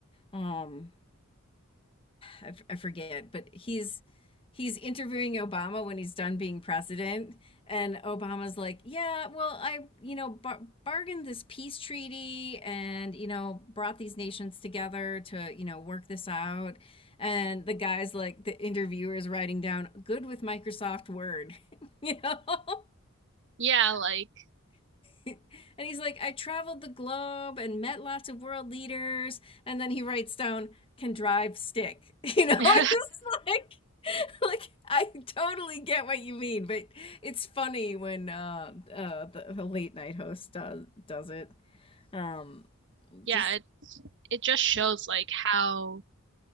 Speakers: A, on the left (about 25°); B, on the right (about 55°).
A: Um I, f- I forget, but he's he's interviewing Obama when he's done being president, and Obama's like, "Yeah, well, I you know bar- bargained this peace treaty, and you know brought these nations together to you know work this out." And the guy's like, the interviewer is writing down, "Good with Microsoft Word," <laughs> you know. <laughs>
B: Yeah, like,
A: And he's like, I traveled the globe and met lots of world leaders. And then he writes down, can drive stick. You know,
B: <laughs>
A: <laughs> just like, <laughs> like I totally get what you mean, but it's funny when uh, uh, the, the late night host does does it. Um,
B: yeah,
A: just
B: it, it just shows like how